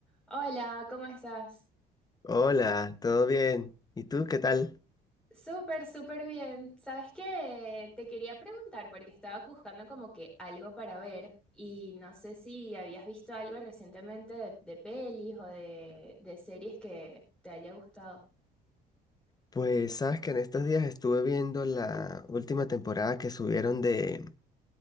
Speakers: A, in the centre; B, on the left (about 20°).
A: Hola, ¿cómo estás?
B: Hola, ¿todo bien? ¿Y tú qué tal?
A: Súper, súper bien. ¿Sabes qué? Te quería preguntar porque estaba buscando como que algo para ver y no sé si habías visto algo recientemente de, de pelis o de, de series que te haya gustado.
B: Pues sabes que en estos días estuve viendo la última temporada que subieron de,